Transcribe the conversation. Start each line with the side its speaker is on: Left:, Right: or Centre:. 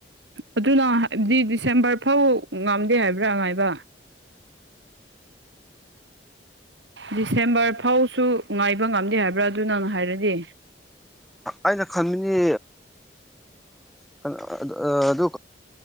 Right: ꯑꯗꯨꯅ ꯍꯥꯏꯕꯗꯤ ꯗꯤꯁꯦꯝꯕꯔ ꯐꯥꯎ ꯉꯝꯗꯦ ꯍꯥꯏꯕ꯭ꯔꯥ ꯉꯥꯏꯕ ꯗꯤꯁꯦꯝꯕꯔ ꯐꯥꯎꯁꯨ ꯉꯥꯏꯕ ꯉꯝꯗꯦ ꯍꯥꯏꯕ꯭ꯔꯥ ꯑꯗꯨ ꯅꯪ ꯍꯥꯏꯔꯗꯤ
Centre: ꯑꯩꯅ ꯈꯟꯕꯅꯤ ꯀꯩꯅꯣ ꯑꯗꯨ